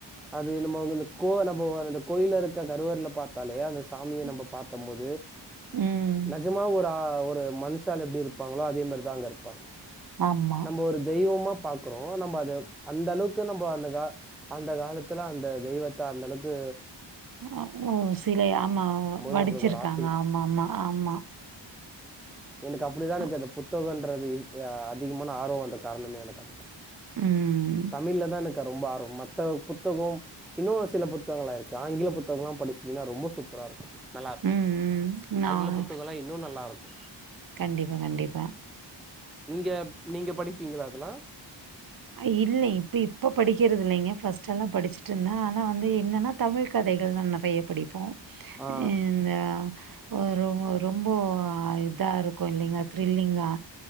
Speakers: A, in the centre; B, on the right.
A: அது நம்மோ வந்து கோ நம்போ வந்து கோ கோயில்ருக்க கருவறல்ல பாத்தாலே அந்த சாமிய
B: ம்.
A: நம்ம பாத்தும் போது ந
B: ம்.
A: நிஜமா ஒரா ஒரு ஒரு மனுஷாலு எப்டி இருப்பாங்களோ அதே மாறிதா அங்கருப்பாங்
B: ஆமா.
A: நம்ம ஒரு தெய்வமா பாக்குறோ நம்ம அத அந்தளவுக் க்கு நம்ம அந்த கா அந்த காலத்துல அந்த தெய்வத்த அந்தளவுக்கு
B: அப்போ சிலையா ஆமா வடுச்சிருக்காங்க
A: நம்மளுக்கு ஒரு ஆச்சரியம்
B: ஆமா ஆமா ஆமா
A: எனக்கு அப்டிதா எனக்கு
B: அ
A: அந்த புத்தகோன்றது இருக் ஆ அதிகமான ஆர்வோ வந்த காரணமே எனக்கு அதா
B: ம்
A: தமிழ்ல தா எனக்கு ரொம்ப ஆர்வோ மத்த புத்தகோம் இன்னு சில புத்தகங்களா இருக்கு ஆங்கில புத்தகல்லா படிச்சீங்கன்னா ரொம்ப சூப்பராருக்கு நல்லாருக்குங்க
B: ம், ம். நான்
A: ஆங்கில புத்தகல்லா இன்னு நல்லாருக்கு
B: கண்டிப்பா கண்டிப்பா
A: நீங்க நீங்க படிப்பீங்களா அதெல்லா
B: ஐ இல்லே இப்ப இப்ப படிக்கிறதில்லைங்க ஃபர்ஸ்ட்ல்லா படிச்சுட்டுருந்த ஆனா வந்து என்னன்னா தமிழ் கதைகள் தா நறைய படிப்போ
A: ஆ
B: இந்த ஆ ஒரு ஒரு ரொம்பே இதாருக்கு இல்லிங்ளா த்ரில்லிங்கா